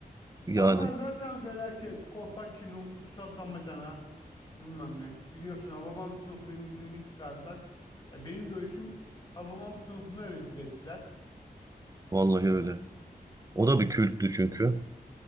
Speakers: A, on the right; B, on the left.
A: Yani
B: Ya onlar zaten felaket. Kolpaçino, Kutsal Damacana bilmem ne. Biliyorsun Hababam Sınıfı'nın filmini çıkardılar. Ya benim görüşüm Hababam Sınıfı'nı rezil ettiler.
A: vallahi öyle. O da bir külttü çünkü.